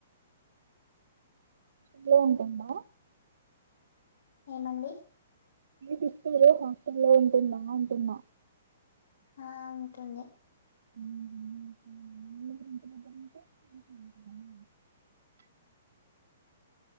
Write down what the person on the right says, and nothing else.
లో ఉంటుందా
ఫిఫ్త్ లో హాస్టలో ఉంటుందా అంటున్న
<unintelligible>